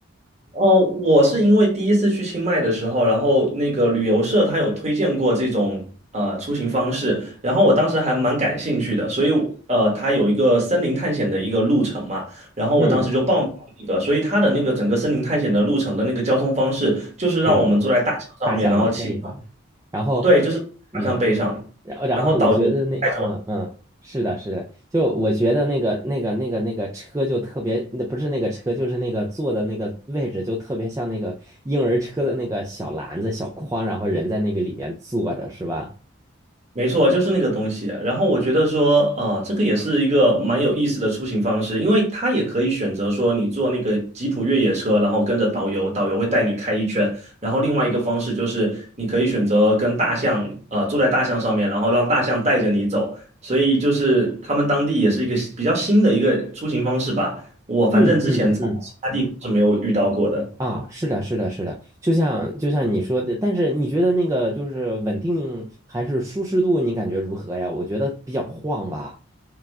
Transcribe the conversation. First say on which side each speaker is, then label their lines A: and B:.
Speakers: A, on the right; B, on the right.
A: 哦，我是因为第一次去清迈的时候，然后那个旅游社他有推荐过这种呃出行方式，然后我当时还蛮感兴趣的，所以呃，他有一个森林探险的一个路程嘛，然后我当时就报名了那个，
B: 嗯，
A: 所以他的那个整个森林探险的路程的那个交通方式，就是让我们坐在大象上面，
B: 就是大象的背上，
A: 然后骑，
B: 然后，
A: 对，就是大象背上，
B: 嗯。然后然后我觉得那嗯嗯是的，
A: 然后导游带着
B: 是的，就我觉得那个那个那个那个车就特别，那不是那个车，就是那个坐的那个位置就特别像那个婴儿车的那个小篮子、小筐，然后人在那个里面坐着，是吧？
A: 没错，就是那个东西。然后我觉得说，啊、这个也是一个蛮有意思的出行方式，因为它也可以选择说你坐那个吉普越野车，然后跟着导游，导游会带你开一圈。然后另外一个方式就是你可以选择跟大象，呃，坐在大象上面，然后让大象带着你走。所以就是他们当地也是一个比较新的一个出行方式吧。我反正之前在其他地方是没有遇到过的。
B: 嗯嗯嗯。啊，是的，是的，是的，就像就像你说的，但是你觉得那个就是稳定还是舒适度，你感觉如何呀？我觉得比较晃吧。